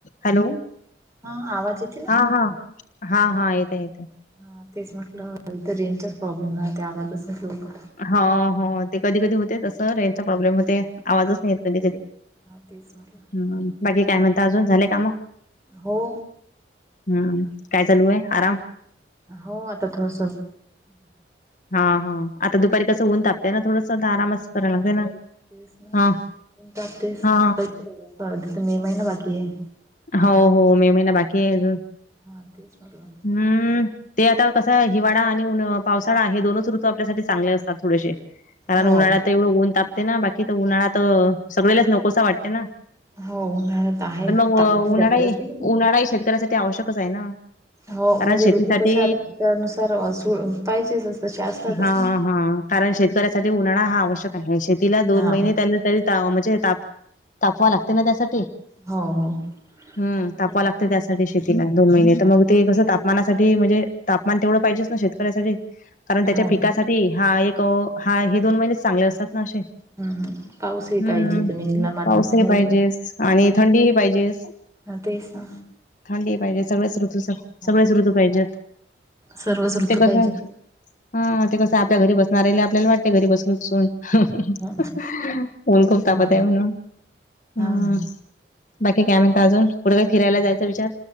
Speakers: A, on the left; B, on the right.
A: Hello!
B: हा आवाज येते ना
A: हां हां. हां हां येताय येत
B: हां तेच म्हटलं इथं रेंजचाच प्रॉब्लेम राहतय आवाजच नाही येत लवकर.
A: हो हो ते कधी कधी होतंय तसं रेंजचा प्रॉब्लेम होतंय आवाजच नाहीे येत कधी कधी.
B: हां तेच म्हटलं.
A: मग बाकी काय म्हणता अजून झाले काम,
B: हो
A: हम्म काय चालू आहे आराम?
B: हो आता थोडस
A: हां हां आता दुपारी कसं ऊन तापते ना थोडस आरामच करायला लागते ना.
B: तेच ना
A: हा
B: ऊन तापतयचं
A: हा
B: आता <unintelligible> तिथ मे महिना बाकी आहे.
A: हो हो मे महिना बाकी आहे अजून.
B: हां तेच म्हटलं.
A: हम्म ते आता कसं आहे हिवाळा आणि उन्ह पावसाळा हे दोनच ऋतू आपल्यासाठी चांगले असतात थोडेसे. कारण
B: हो
A: उन्हाळात तर एवढं उन्ह तापते ना बाकी तर उन्हाळा तर सगळेलाच नकोसा वाटते ना.
B: हो उन्हाळ्यात आहे
A: व
B: तापमान
A: उन्हाळाही
B: जास्त असते की नाही
A: उन्हाळाही शेतकऱ्यासाठी आवश्यकच आहे ना!
B: हो
A: कारण
B: म्हणजे
A: शेतीसाठी
B: ऋतू कस आता <unintelligible> नुसार झुळ पाहिजेच असतच तसे असतात च
A: हा
B: ना.
A: हा कारण शेतकऱ्यासाठी उन्हाळा हा आवश्यक आहे शेतीला दोन
B: हा
A: महिने त्याला तरी म्हणजे ताप तापवा लागते ना त्यासाठी.
B: हो हो.
A: हम्म
B: बरोबर
A: तापवाय लागतंय त्यासा शेतीला दोन महिने तर मग ते कस तापमानासाठी म्हणजे तापमान तेवढं पाहिजेच ना शेतकऱ्यासाठी. कारण त्याच्या
B: हो
A: पिकासाठी हा एक हा हे दोन महिनेच चांगले असतात. नाशिक,
B: हम् हम पाऊसही
A: हम्म
B: पाहिजे जमिनीला मातीच
A: पाऊसही
B: हा
A: पाहिजे आणि थंडीही पाहिजे जेच
B: तेच ना
A: थंडीही पाहिजे सगळेच ऋतू स
B: हो
A: सगळेच ऋतू पाहिजेत
B: सर्वच ऋतू
A: ते कस
B: पाहिजे
A: आहे ना हा ते कसं आपल्या घरी बसणार आपल्याला वाटते घरी बसून बसून. हम
B: हा
A: उन्ह खूप तापत
B: हा
A: आहे म्हणून हम्.
B: ना
A: बाकी काय म्हणता अजून कुठे काही फिरायला जायचचा विचार